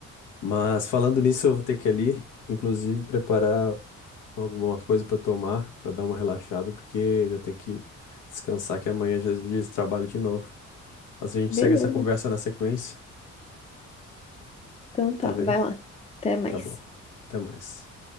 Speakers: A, on the left; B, on the left.
A: Mas falando nisso, eu vou ter que ir ali, inclusive, preparar alguma coisa pra eu tomar, pra dar uma relaxada, porque eu já tenho que descansar, que amanhã já é dia de trabalho de novo. Mas a gente
B: Beleza.
A: segue essa conversa na sequência.
B: Então tá,
A: Tá bem?
B: vai lá. Até mais.
A: Tá bom. Até mais.